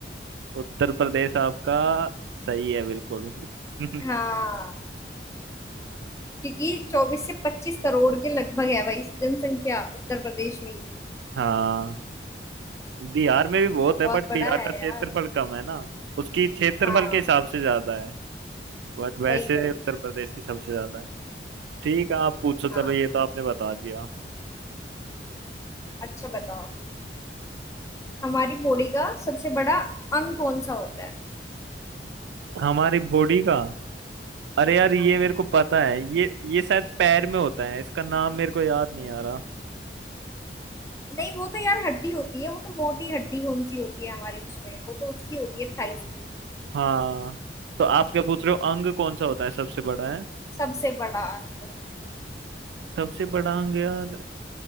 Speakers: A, on the right (about 80°); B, on the left (about 15°).
A: उत्तर प्रदेश आपका सही है बिल्कुल <laughs>
B: हाँ क्योंकि चौबीस से पच्चीस करोड़ के लगभग है भाई जनसंख्या उत्तर प्रदेश में ही
A: हाँ बिहार में भी बहुत है
B: बहुत
A: बट
B: बड़ा
A: बिहार
B: है
A: का क्षेत्रफल
B: यार
A: कम है ना उसकी क्षेत्रफल
B: हाँ
A: के हिसाब से ज्यादा है बट वैसे
B: वही वही
A: उत्तर प्रदेश की सबसे ज्यादा है ठीक है आप पूछो चलो
B: हाँ
A: ये तो आपने बता दिया
B: अच्छा बताओ हमारी बॉडी का सबसे बड़ा अंग कौन सा होता है
A: हमारी बॉडी का अरे यार ये
B: हाँ
A: मेरे को पता है ये ये शायद पैर में होता है इसका नाम मेरे को याद नहीं आ रहा
B: नहीं वो तो यार हड्डी होती है वो तो मोटी हड्डी कौन सी होती है हमारी उसमें वो तो उसकी होती है थाइस की
A: हाँ तो आप क्या पूछ रहे हो अंग कौन सा होता है सबसे बड़ा है
B: सबसे बड़ा अंग
A: सबसे बड़ा अंग यार